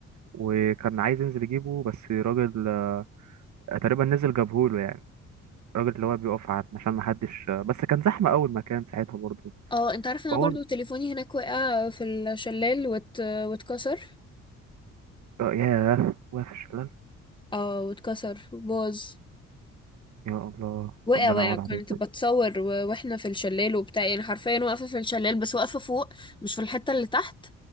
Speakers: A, on the right; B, on the left.
A: وكان عايز ينزل يجيبه بس راجل آه، تقريبا نزل جابهوله يعني الراجل اللي هو بيقف عن- عشان ما حدش آه، بس كان زحمه اول مكان ساعتها برضه
B: اه انت عارف انا
A: فهو
B: برضو تليفوني هناك وقع في الشلال وات... واتكسر
A: آه، ياه واقف في الشلال
B: اه واتكسر باظ
A: يا الله
B: وقع
A: ربنا
B: وقع
A: يقعد
B: كنت
A: عليك
B: بتصور و... واحنا في الشلال وبتاع يعني حرفيا واقفة في الشلال بس واقفة فوق مش في الحتة اللي تحت